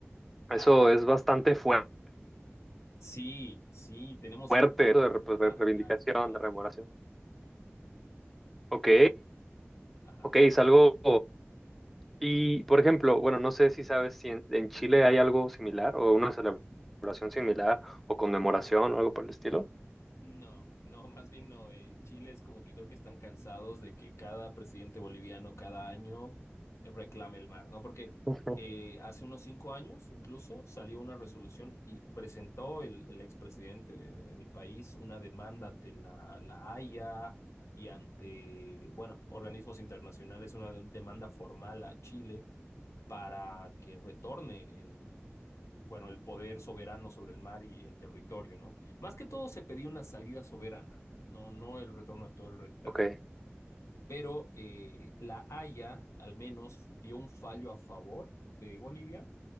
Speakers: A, in the centre; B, on the left.
A: Eso
B: Ajá,
A: es bastante fuer-
B: sí, sí, tenemos
A: fuerte,
B: y
A: eso de, re- pues, de
B: marchas
A: reivindicación,
B: y todo.
A: de rememoración. Ok,
B: Ajá.
A: ok, es algo... Y, por ejemplo, bueno, no sé si sabes si en, en Chile hay algo similar o una celebración similar o conmemoración o algo por el estilo.
B: No, no, más bien no. En Chile es como que creo que están cansados de que cada presidente boliviano cada año reclame el mar, ¿no? Porque
A: Ujú.
B: eh, hace unos cinco años incluso salió una resolución y presentó el, el expresidente de, de mi país una demanda ante la, la Haya y ante, bueno, organismos internacionales, una demanda formal a Chile para que retorne el bueno, el poder soberano sobre el mar y el territorio, ¿no? Más que todo se pedía una salida soberana, no, no el retorno de todo el re- territorio.
A: Ok,
B: Pero eh, La Haya al menos dio un fallo a favor de Bolivia